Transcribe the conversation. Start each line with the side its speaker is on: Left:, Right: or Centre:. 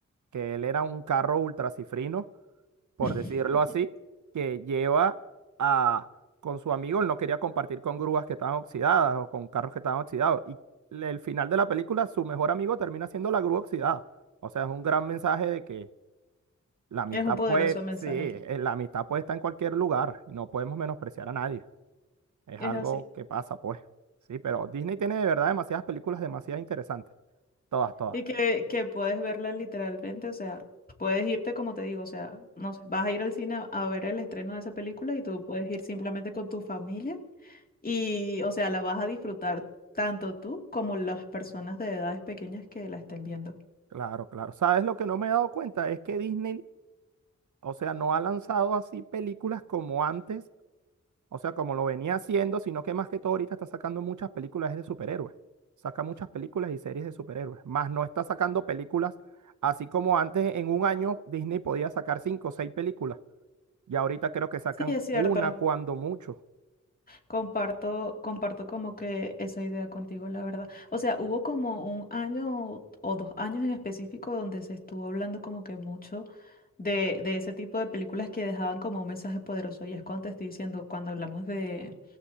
Right: que él era un carro ultracifrino por
Left: <laughs>
Right: decirlo así, que lleva a, con su amigo, él no quería compartir con grúas que estaban oxidadas o con carros que estaban oxidados. Y le- el final de la película, su mejor amigo termina siendo la grúa oxidada. O sea, es un gran mensaje de que la amistad
Left: Es un poderoso
Right: puede,
Left: mensaje,
Right: sí, eh, la amistad puede estar en cualquier lugar y no podemos menospreciar a nadie. Es
Left: es
Right: algo
Left: así.
Right: que pasa, pues. Sí, pero Disney tiene de verdad demasiadas películas demasiado interesantes. Todas, todas.
Left: Y que, que puedes verla literalmente, o sea, puedes irte como te digo, o sea, no sé, vas a ir al cine a ver el estreno de esa película y tú puedes ir simplemente con tu familia y, o sea, la vas a disfrutar tanto tú como las personas de edades pequeñas que la estén viendo.
Right: Claro, claro. ¿Sabes lo que no me he dado cuenta? Es que Disney, o sea, no ha lanzado así películas como antes O sea, como lo venía haciendo, sino que más que todo ahorita está sacando muchas películas de superhéroes. Saca muchas películas y series de superhéroes. Más no está sacando películas, así como antes en un año Disney podía sacar cinco o seis películas. Y ahorita creo que sacan
Left: Sí, es cierto.
Right: una cuando mucho.
Left: Comparto, comparto como que esa idea contigo, la verdad. O sea, hubo como un año o dos años en específico donde se estuvo hablando como que mucho de, de ese tipo de películas que dejaban como un mensaje poderoso. Y es cuando te estoy diciendo, cuando hablamos de,